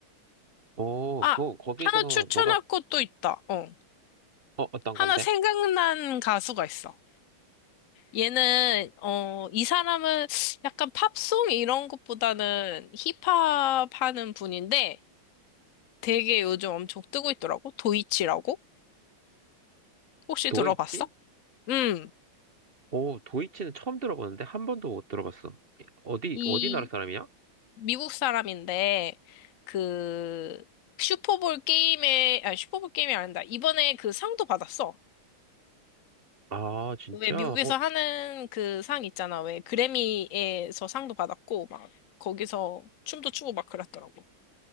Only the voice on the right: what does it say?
어,
그, 거기서
너가,
어, 어떤
건데?
도이치?
오, 도이치는 처음 들어보는데? 한 번도 못 들어봤어. 어디,
어디 나라 사람이야?
아, 진짜?
어,